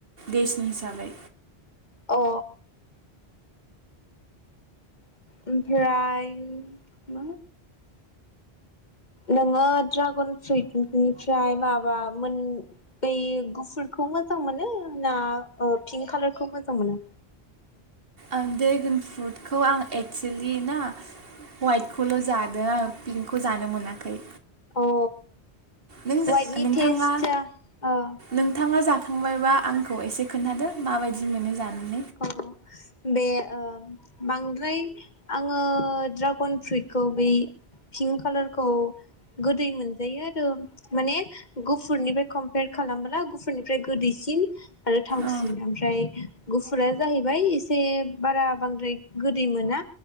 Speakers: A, on the right (about 65°); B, on the left (about 45°).
A: देशनि हिसाबै
B: अ ओमफ्राय <unintelligible> नोंङो ड्रागन फ्रुइटनिफ्राय माबा मोन बै गुफुरखौ मोजां मोनो ना ओ पिंक कालारखौ मोजां मोनो?
A: ओ ड्रेगन फ्रुटखौ आं एक्सुलि ना हवाइटखौल' जादों आं पिंक खौ जानो मोनाखै।
B: अ
A: नों
B: वाइटनि
A: नोंथांङा
B: टेस्टआ ओ
A: नोंथांङा जा खांबायबा आंखौ एसे खोन्थादो माबायदि मोनो जानो?
B: औ बे ओ बांद्राय आङो ड्रागन फ्रुइटखौ बै पिंक कालारखौ गोदै मोनजायो आरो माने गुफुरनिफ्राय कम्पेयार खालामला गुफुरनिफ्राय गोदैसिन आरो थावसिन
A: अ
B: ओमफ्राय गुफुरा जाहैबाय एसे बारा बांद्राय गोदै मोना